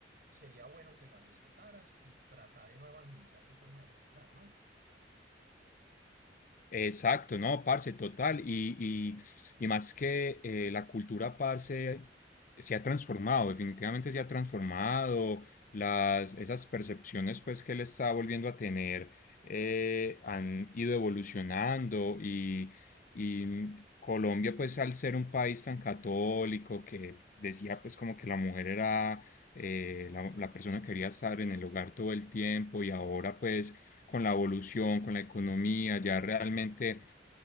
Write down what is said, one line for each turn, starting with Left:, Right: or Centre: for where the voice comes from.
Right: sería bueno que la respetaras y trata de no evangelizar tu forma de pensar, ¿no?
Left: Exacto, no, parce, total. Y, y, y más que eh, la cultura, parce, se ha transformado, definitivamente se ha transformado. Las, esas percepciones, pues, que él está volviendo a tener eh, han ido evolucionando. Y, y Colombia, pues, al ser un país tan católico que decía, pues, como que la mujer era eh, la, la persona que quería estar en el hogar todo el tiempo y ahora, pues, con la evolución, con la economía, ya realmente